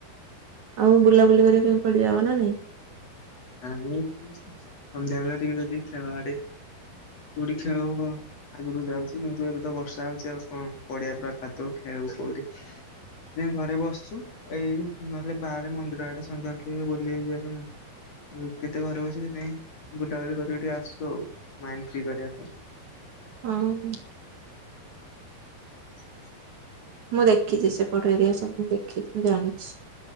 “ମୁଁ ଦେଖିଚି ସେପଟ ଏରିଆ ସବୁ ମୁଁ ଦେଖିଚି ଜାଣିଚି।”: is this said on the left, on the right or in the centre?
Right